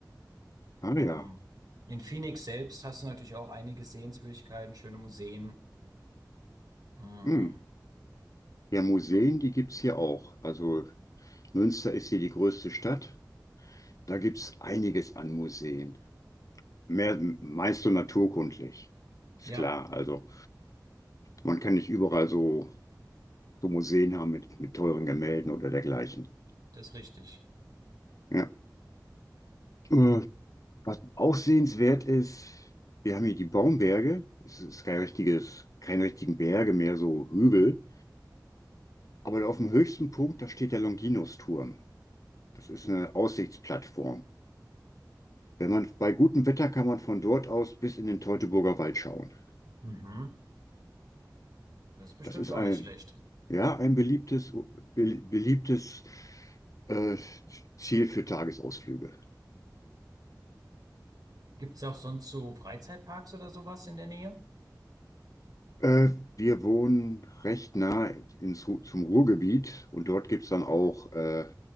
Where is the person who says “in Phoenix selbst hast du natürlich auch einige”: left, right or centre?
Right